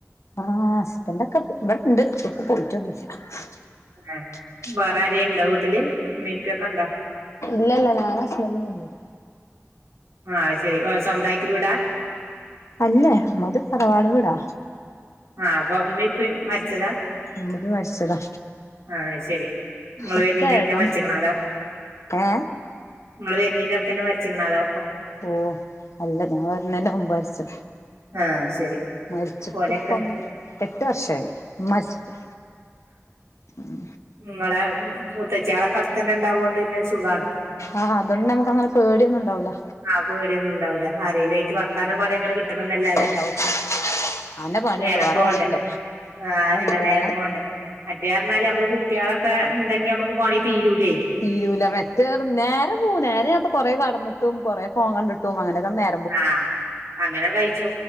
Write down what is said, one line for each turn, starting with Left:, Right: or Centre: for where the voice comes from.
Left: ആ ഹസ്ബന്റ് ഒക്കെ <unintelligible> ഇവിടെണ്ട് പോയിറ്റൊന്നുല്ല. <inaudible>
Right: ആഹ് വേറെ ആര്യേണ്ടോ വീട്ടില് മ്മീ പ്പി ക്കെണ്ടോ.
Left: ഇല്ല ഇല്ല നാന് <unintelligible>
Right: ആഹ് ശെരി സ്വന്തയിറ്റ് വീടാ
Left: അല്ലേ മ്മൾത് തറവാട് വീടാ.
Right: ആഹ് പ്പൊ മ്മീ പ്പി മരിച്ചതാ
Left: മ്ൾത് വരിച്ചതാ.
Right: ആഹ് ശരി നിങ്ങള്
Left: ഒക്കെ
Right: വരുന്നീന്റെ എടയ്ക്കാ
Left: ആണം
Right: മരിച്ചിക്കണ
Left: ഏ
Right: ങ്ങള് വെര്നെന്റെ എട്കെന്നെ മരിച്ചരിക്കണാ തോ?
Left: ഓ അല്ല ഞാൻ വരുന്ന ന്റെ മരിച്
Right: ആഹ് ശരി
Left: മരിച്ചിട്ട്
Right: ഓലൊക്കെ
Left: ഇപ്പം എട്ട് വർഷയി മരിച്ചിട്ട് ഉം
Right: ഇങ്ങളെ മൂത്തച്യേളൊക്ക അട്തെന്നെ ണ്ടാവുകോണ്ട് ന്നെ ഒര് സുഖണ്.
Left: ആഹ് അതൊണ്ട് നമക്ക് അങ്ങനെ പേടിന്നുംണ്ടാവൂല.
Right: ആ പേടിന്നും ണ്ടാവൂലാ ആരേല് ആയിറ്റ് വർത്താനം പറയും അങ്ങനെ കിട്ടണംന്നല്ലാതെ.
Left: ഉണ്ടാവും അന്നെ പണിയുള്ളൂ
Right: നേരം
Left: വേറെ
Right: പോണ്ടേ
Left: പണിയില്ല
Right: ആഹ് അല്ല നേരം
Left: ഏ
Right: പോണ്ടേ. മറ്റേ അർണാല് അമ്മള് കുട്ട്യേളെക്കെ ണ്ടെങ്കി അമ്മക്ക് പണി തീരൂല്ലേ.
Left: തീരുല മറ്റേത് നേരെ പോവ് നേരെ ആപ കൊറെ കടന്നിട്ടും കുറെ ഫോങ്ങ കണ്ടിട്ടും അങ്ങനെയൊക്ക നേ
Right: ആഹ് അങ്ങന കയ്ച്ചു.